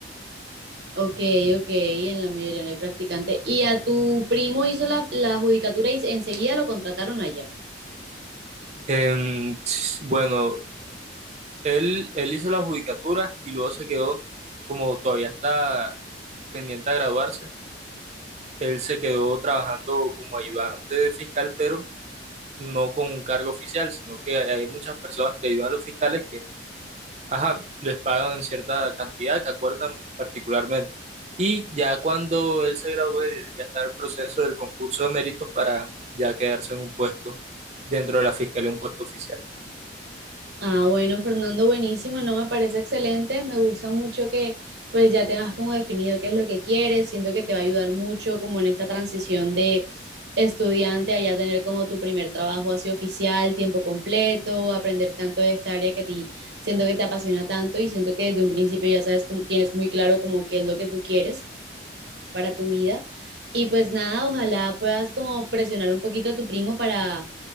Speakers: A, on the right; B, on the right.
A: Ok, ok, en la mayoría no hay practicante. ¿Y a tu primo hizo la, la judicatura y enseguida lo contrataron allá?
B: Em, ts- bueno, él, él hizo la judicatura y luego se quedó, como todavía está pendiente a graduarse, él se quedó trabajando como ayudante de fiscal, pero no con un cargo oficial, sino que hay, hay muchas personas que ayudan a los fiscales que, ajá, les pagan cierta cantidad que acuerdan particularmente. Y ya cuando él se graduó, él ya está en el proceso del concurso de méritos para ya quedarse en un puesto dentro de la fiscalía, un puesto oficial.
A: Ah, bueno, Fernando, buenísimo, no me parece excelente, me gusta mucho que pues ya tengas como definido qué es lo que quieres, siento que te va a ayudar mucho como en esta transición de estudiante a ya tener como tu primer trabajo así oficial, tiempo completo, aprender tanto de esta área que a ti siento que te apasiona tanto y siento que desde un principio ya sabes, como- tienes muy claro como qué es lo que tú quieres para tu vida y pues nada, ojalá puedas como presionar un poquito a tu primo para